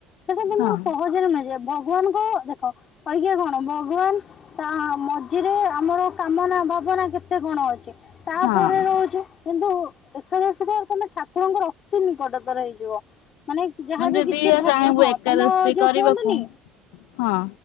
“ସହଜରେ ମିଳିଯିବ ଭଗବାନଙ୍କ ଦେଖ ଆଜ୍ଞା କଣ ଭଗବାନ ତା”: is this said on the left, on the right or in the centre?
Left